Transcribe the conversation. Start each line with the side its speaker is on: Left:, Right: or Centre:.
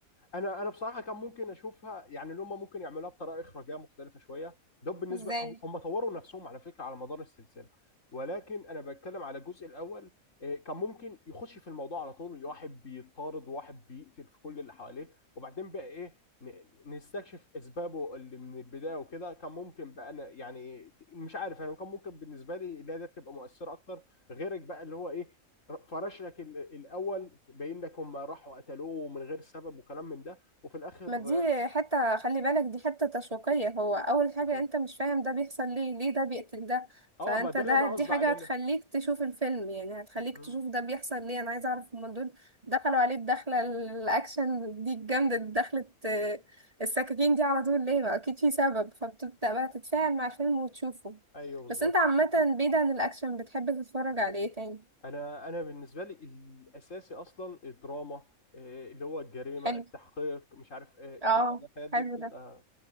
Left: انا انا بصراحه كان ممكن اشوفها يعني اللي هم ممكن يعملوها بطريقه اخراجيه مختلفه شويه ده بالنسبه
Right: ازاي
Left: هم هم طوروا نفسهم على فكره على مدار السلسله ولكن انا بتكلم على الجزء الاول آه، كان ممكن يخش في الموضوع على طول واحد بيطارد وواحد بيقتل في كل اللي حواليه وبعدين بقى ايه ن- نستكشف اسبابه اللي من البدايه وكده كان ممكن بقى انا يعني مش عارف انا كان ممكن بالنسبه لي لا ده تبقى مؤثره اكتر غيرك بقى اللي هو ايه فرشلك ال- الاول باين لك هم راحوا قتلوه من غير سبب وكلام من ده وفي الاخر
Right: ما دي حتة خلي بالك دي حتة تشويقية هو أول حاجة
Left: مم.
Right: أنت مش فاهم ده بيحصل ليه ليه ده بيقتل ده
Left: اه
Right: فأنت
Left: ما ده
Right: ده
Left: اللي انا قصدي
Right: دي حاجة
Left: عليه
Right: هتخليك
Left: لا.
Right: تشوف الفيلم يعني هتخليك
Left: مم.
Right: تشوف ده بيحصل ليه أنا عايزة أعرف هما دول دخلوا عليه الدخلة الأكشن دي الجامدة دي دخلت آه، السكاكين دي على طول ليه ما أكيد في سبب فبتبدأ بقى تتفاعل مع الفيلم وتشوفه
Left: ايوه بالظبط
Right: بس أنت عامة بعيد عن الأكشن بتحب تتفرج على إيه تاني
Left: انا انا بالنسبه لي الاساسي اصلا الدراما آه، اللي هو الجريمه
Right: حلو
Left: التحقيق مش عارف ايه
Right: اه
Left: كده الحاجات دي
Right: حلو
Left: بتبقى
Right: ده